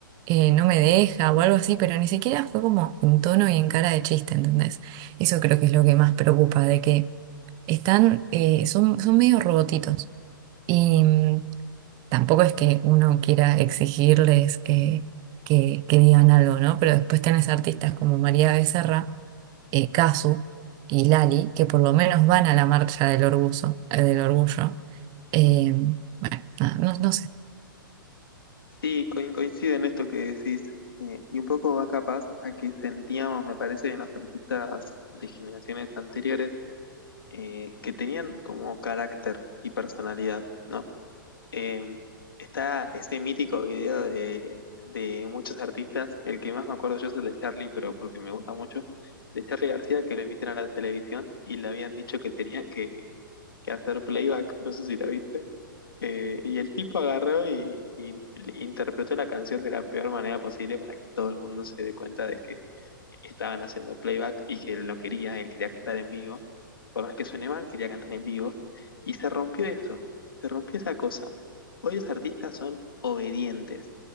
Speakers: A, on the right; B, on the left.
A: eh, no me deja o algo así, pero ni siquiera fue como en tono y en cara de chiste, ¿entendés? Eso creo que es lo que más preocupa, de que están, eh, son, son medio robotitos. Y mm, tampoco es que uno quiera exigirles eh, que, que digan algo, ¿no? Pero después tenés artistas como María Becerra, eh, Cazzu y Lali, que por lo menos van a la marcha del orgullo, eh, del orgullo. Eh, ah, no, no sé.
B: Sí, coin- coincide en esto que decís. eh, y un poco va capaz a que sentíamos, me parece, en los artistas de generaciones anteriores, eh, que tenían como carácter y personalidad, ¿no? Eh, está ese mítico video de, de muchos artistas, el que más me acuerdo yo es el de Charlie, pero porque me gusta mucho, de Charlie García, que lo emiten a la televisión y le habían dicho que tenía que, que hacer playback, no sé si lo viste. Eh, y el tipo agarró y, y interpretó la canción de la peor manera posible para que todo el mundo se dé cuenta de que estaban haciendo playback y que él no quería, él quería cantar en vivo. Por más que suene mal, quería cantar en vivo. Y se rompió eso, se rompió esa cosa. Hoy los artistas son obedientes.